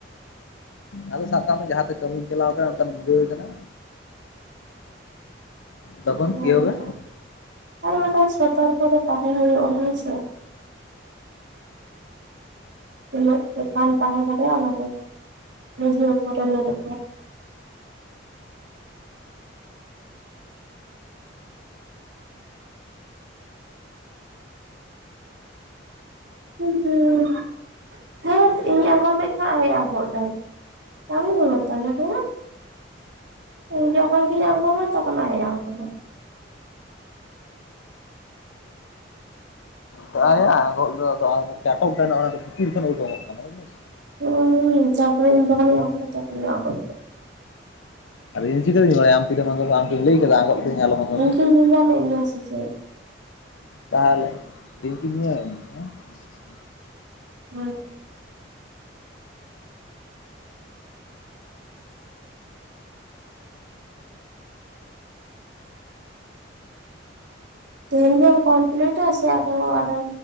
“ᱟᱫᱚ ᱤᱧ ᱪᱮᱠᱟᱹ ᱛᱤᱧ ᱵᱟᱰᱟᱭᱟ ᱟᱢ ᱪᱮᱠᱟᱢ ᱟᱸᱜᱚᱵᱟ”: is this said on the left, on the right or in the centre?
Left